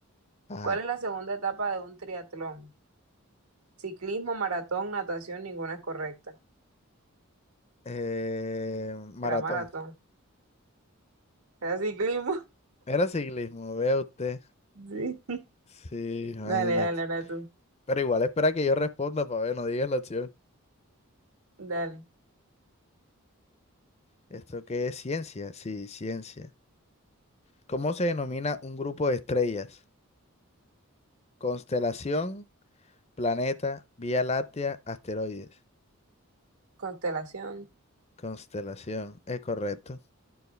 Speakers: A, on the left (about 30°); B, on the right (about 80°).
A: Ajá.
B: ¿Cuál es la segunda etapa de un triatlón? Ciclismo, maratón, natación, ninguna es correcta.
A: Eh, maratón.
B: Era maratón. Era ciclismo. <laughs>
A: Era ciclismo, vea usted.
B: Sí.
A: Sí, imagínate.
B: Dale, dale, ahora tú.
A: Pero igual espera que yo responda para ver, no digas la opción.
B: Dale.
A: ¿Esto qué es ciencia? Sí, ciencia. ¿Cómo se denomina un grupo de estrellas? Constelación, planeta, Vía Láctea, asteroides.
B: Constelación.
A: Constelación, es correcto.